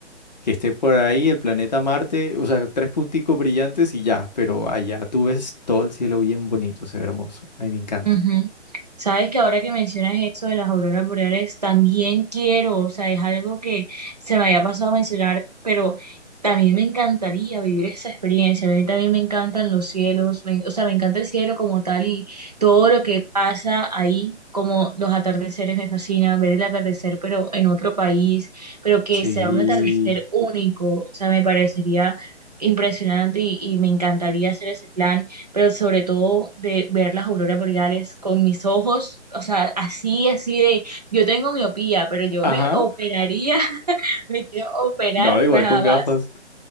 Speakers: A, on the left; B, on the right.
A: que esté por ahí, el planeta Marte, o sea, tres punticos brillantes y ya, pero allá tú ves todo el cielo bien bonito, se ve hermoso. A mí me encanta.
B: ujú. Sabes que ahora que mencionas eso de las auroras boreales, también quiero, o sea, es algo que se me había pasado a mencionar, pero también me encantaría vivir esa experiencia. A mí también me encantan los cielos, me- o sea, me encanta el cielo como tal y todo lo que pasa ahí, como los atardeceres me fascina, ver el atardecer, pero en otro país, pero que
A: Sí.
B: sea un atardecer único, o sea, me parecería impresionante y y me encantaría hacer ese plan. pero sobre todo de ver las auroras boreales con mis ojos, o sea, así, así de, yo tengo miopía, pero yo
A: Ajá.
B: me operaría, <laughs> me quiero operar
A: No, igual
B: nada
A: con gafas.
B: más